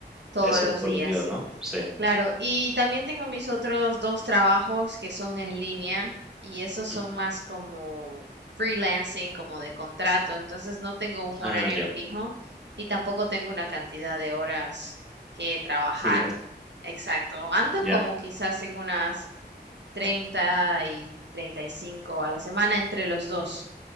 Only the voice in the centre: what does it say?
eso
todos
los días, ¿no? Sí.
Mm,
ah,
ya,
fijas,
ya,